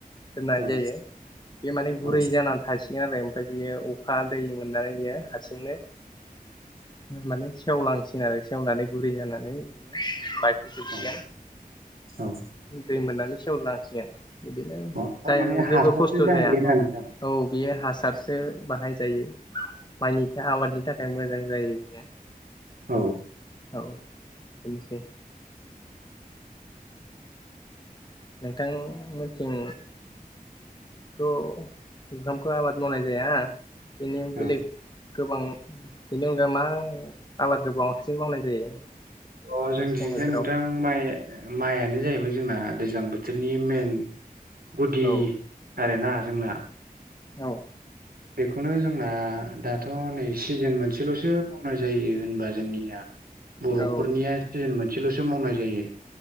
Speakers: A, on the left (about 30°); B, on the right (about 75°).
A: दोननाय
B: औ
A: जायो बे माने गुरै
B: औ
A: जानानानै थासिगोन आरो ओमफ्राय बियो अखा दै मोननानै बियो हारसिंनो माने सेवलांसिनगोन‌ आरो सेवनानै गुरै जानानै बिदिनो बाइ <unintelligible> सिगोन
B: औ औ
A: दै मोननानै सेवलांसिगोन बिदिनो
B: औ थारमाने
A: जाय जेबो
B: हासारसो
A: खस्थ' औ
B: जाहैयोना नोंथां
A: बेयो हासारसो बाहाय जायो माइनि आबादनि थाखाय मोजां जायो बियो
B: औ
A: औ औ बेनोसै नोंथां मोनथिं थ' जुखामखौ आबाद मावनाय जाया बेनि बेलेग
B: औ
A: गोबां बेनि अनगा मा आबाद बांसिन मावनाय जायो
B: अ जोंनिथिंज
A: मेसें बोथोराव
B: नोंथां माइ माइआनो जाहैबाय जोंना दैज्लां बोथोर बिसोरनि मेन गुदि
A: औ
B: आरोना जोंना
A: औ
B: बेखौनो जोंना दाथ' नै सिजोन मोनसेल'सो मावनाय जायो होनबा जोंनिया बर'फोरनिया
A: औ
B: सिजोन मोनसेल'सो मावनाय जायो